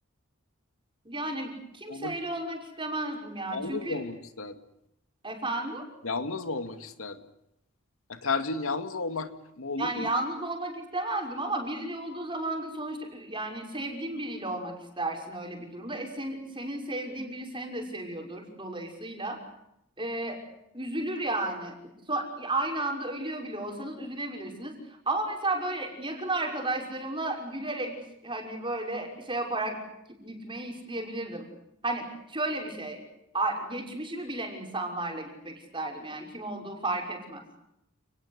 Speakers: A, on the right; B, on the left.
A: Yani kimseyle
B: Olmak,
A: olmak istemezdim ya.
B: yalnız
A: Çünkü
B: mı olmak isterdin?
A: efendim
B: Yalnız mı olmak isterdin? Ya tercihin yalnız olmak mı olur?
A: yani yalnız olmak istemezdim ama biriyle olduğu zaman da sonuçta ü- yani sevdiğin biriyle olmak istersin öyle bir durumda. E sen- senin sevdiğin biri seni de seviyordur dolayısıyla. Ee, üzülür yani. So aynı anda ölüyor bile olsanız üzülebilirsiniz. Ama mesela böyle yakın arkadaşlarımla gülerek hani böyle şey yaparak gitmeyi isteyebilirdim. Hani şöyle bir şey. a- Geçmişimi bilen insanlarla gitmek isterdim yani kim olduğu fark etmez.